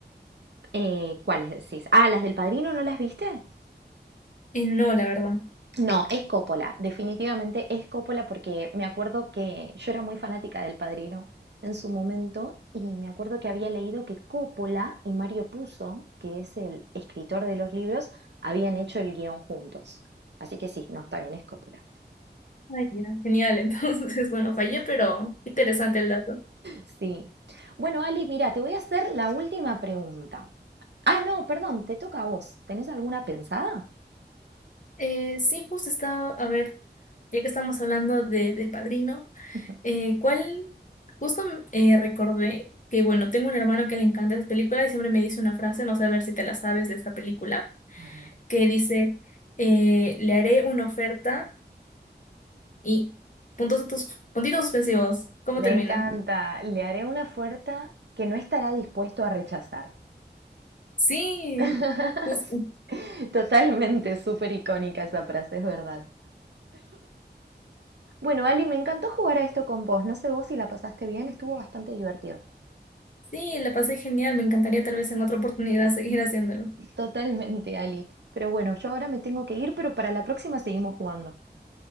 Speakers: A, on the right; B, on the left.
A: Eh, ¿cuáles decís? Ah, ¿las del Padrino no las viste?
B: Y no, la verdad.
A: No, es Coppola, definitivamente es Coppola porque me acuerdo que yo era muy fanática del Padrino en su momento y me acuerdo que había leído que Coppola y Mario Puzo, que es el escritor de los libros, habían hecho el guión juntos. Así que sí, no, está bien, es Coppola.
B: Ay, ya, genial, <laughs> entonces, bueno, fallé,
A: <laughs>
B: pero interesante el dato.
A: Sí. Bueno, Ali, mira, te voy a hacer la última pregunta. Ah, no, perdón, te toca a vos. ¿Tenés alguna pensada?
B: Eh, sí, pues estaba, a ver, ya que estamos hablando de, del Padrino,
A: <laughs>
B: eh, ¿cuál? Justo eh, recordé que, bueno, tengo un hermano que le encanta esas películas y siempre me dice una frase, no sé a ver si te la sabes de esa película,
A: A ver,
B: que dice, eh, le haré una oferta y puntos de tus, puntitos suspensivos. ¿Cómo
A: me
B: termina?
A: encanta. Le haré una oferta que no estará dispuesto a rechazar.
B: Sí,
A: <laughs>
B: justo.
A: Totalmente, súper icónica esa frase, es verdad. Bueno, Ali, me encantó jugar a esto con vos. No sé vos si la pasaste bien, estuvo bastante divertido.
B: Sí, la pasé genial, me encantaría tal vez en otra oportunidad <laughs> seguir haciéndolo.
A: Totalmente, Ali. Pero bueno, yo ahora me tengo que ir, pero para la próxima seguimos jugando.